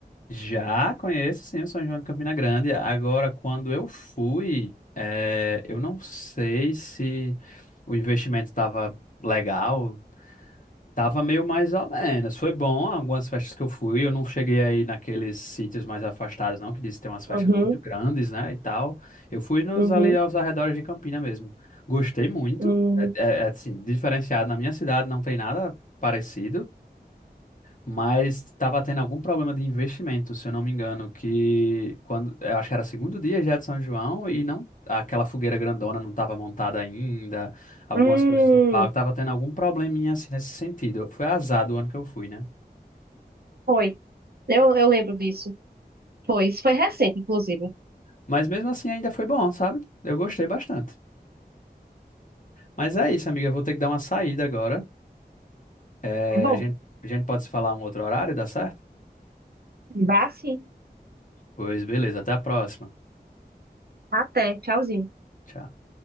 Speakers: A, on the left; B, on the right.
A: Já conheço, sim, o São João de Campina Grande. Agora, quando eu fui, é, eu não sei se o investimento estava legal, Tava meio mais ou menos. Foi bom algumas festas que eu fui. Eu não cheguei aí naqueles sítios mais afastados, não, que diz que tem umas festas
B: Uhum,
A: muito grandes, né? E tal. Eu fui nos
B: uhum,
A: ali aos arredores de Campina mesmo. Gostei muito.
B: uhum.
A: É, é- é, assim, diferenciado. Na minha cidade não tem nada parecido mas estava tendo algum problema de investimento, se eu não me engano, que quando eu acho que era segundo dia já de São João e não aquela fogueira grandona não estava montada ainda, algumas
B: Hum,
A: coisas do palco estava tendo algum probleminha assim nesse sentido. Foi azar do ano que eu fui, né?
B: foi. Eu, eu lembro disso. Foi, isso foi recente, inclusive.
A: Mas mesmo assim ainda foi bom, sabe? Eu gostei bastante. Mas é isso, amiga, eu vou ter que dar uma saída agora. É,
B: Tá bom,
A: a gente, a gente pode se falar um outro horário, dá certo?
B: vá sim.
A: Pois beleza, até a próxima.
B: Até, tchauzinho.
A: Tchau.